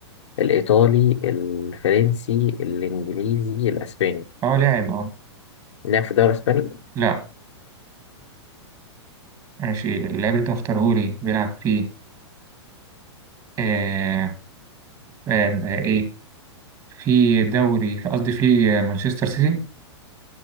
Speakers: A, on the left; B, on the right.
A: الإيطالي الفرنسي الإنجليزي الأسباني
B: اه لاعب اه
A: لعب في الدوري الأسباني؟
B: لا ماشي اللاعب اللي انت مختارهولي بيلعب في آه آه آه ايه في دوري في قصدي في آه، مانشستر سيتي